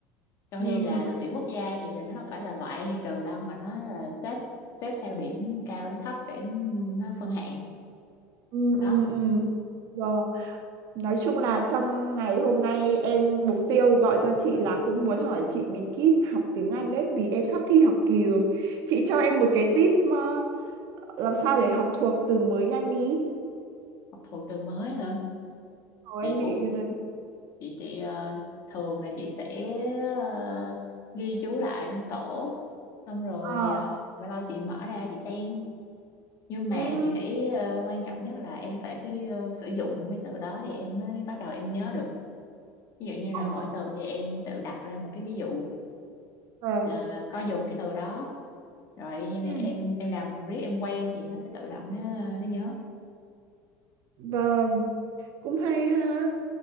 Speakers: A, on the left; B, on the right.
A: trong
B: Ừ,
A: khi là đội tuyển quốc gia thì là nó đâu phải là loại hay trừ đâu mà nó là xếp xếp theo điểm cao đến thấp để nó phân hạng
B: ừ, ừ,
A: đó
B: ừ. Vâng. Nói chung là trong ngày hôm nay em mục tiêu gọi cho chị là cũng muốn hỏi chị bí kíp học tiếng Anh đấy vì em sắp thi học kỳ rồi. Chị cho em một cái tip mà làm sao để học thuộc từ mới nhanh đi.
A: học thuộc từ mới hả
B: Ồ, em
A: chị
B: bị
A: cũng
B: cái đấy.
A: chị chị ờ, thường là chị sẽ ờ, ghi chú lại trong sổ xong rồi
B: Ờ,
A: ờ, lâu lâu chị mở ra chị xem nhưng
B: Ừ.
A: mà chị nghĩ ờ, quan trọng nhất là em phải biết ờ, sử dụng mấy từ đó thì em mới bắt đầu em nhớ được ví dụ như
B: Ờ.
A: là mỗi từ thì em tự đặt ra một cái ví dụ
B: Vâng.
A: ờ, có dùng cái từ đó rồi khi
B: Ừ.
A: mà em em làm riết em quen thì nó sẽ tự động nó nó nhớ
B: Vâng. Cũng hay ha.